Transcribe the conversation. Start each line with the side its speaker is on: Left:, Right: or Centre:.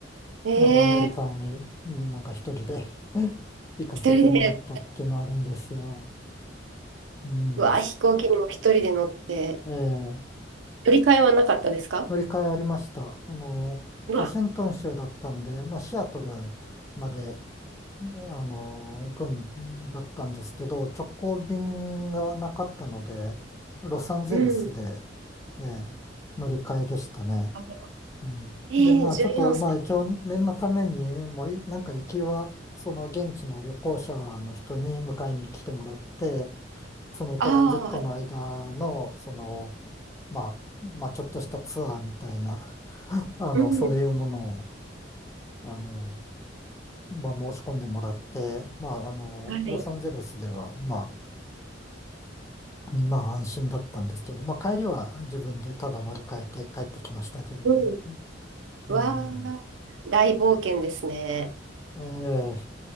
Right: ん。
Left: なんかアメリカに、
Right: ええ
Left: うんなんか一人で <laughs> 行かせてもらったっていうのはあるんですが、
Right: 一人で、
Left: うん、
Right: うわ、飛行機にも一人で乗って、
Left: ええ
Right: 乗り換えはなかったですか
Left: 乗り換えありました。あの、
Right: うわ、
Left: ワシントン州だったんで、まあ、シアトルまで、ねあの、行くんだったんですけど、直行便がなかったので、ロサンゼルスで、
Right: うん。
Left: ええ乗り換えでしたね。
Right: あでも
Left: うん。
Right: ええ14歳。
Left: で、まあちょっと、まあ一応念のために、もうい、なんか行きは、その現地の旅行者の人に迎えに来てもらって、そのトランジットの間の、
Right: ああ、はい。
Left: その、まあ、まあちょっとしたツアーみたいな、<laughs> あの、
Right: うん。
Left: そういうものを、あの、まあ申し込んでもらって、まああの、
Right: はい。
Left: ロサンゼルスでは、まあ、まあ安心だったんですけど、まあ帰りは自分でただ乗り換えて帰ってきましたけどね。
Right: うん。
Left: うん。
Right: うわあ、大冒険ですね。
Left: ええ、